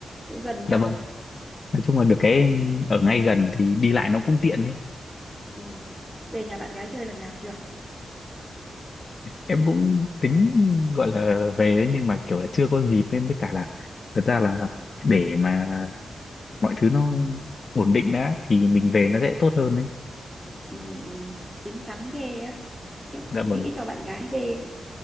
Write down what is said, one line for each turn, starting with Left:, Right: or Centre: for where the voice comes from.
Centre: cũng gần nhau
Left: dạ vâng nói chung là được
Centre: nên
Left: cái
Centre: là cũng
Left: ở ngay gần thì đi lại nó cũng tiện đấy
Centre: ừ. về nhà bạn gái chơi lần nào chưa
Left: em cũng tính gọi là về đấy, nhưng mà kiểu là chưa có dịp em với cả là thật ra là
Centre: ừ,
Left: để mà mọi thứ nó ổn định đã thì mình về nó sẽ
Centre: ừ,
Left: tốt hơn đấy
Centre: ừ. chín chắn ghê á khiếp
Left: dạ
Centre: nghĩ
Left: vâng
Centre: cho bạn gái ghê ấy.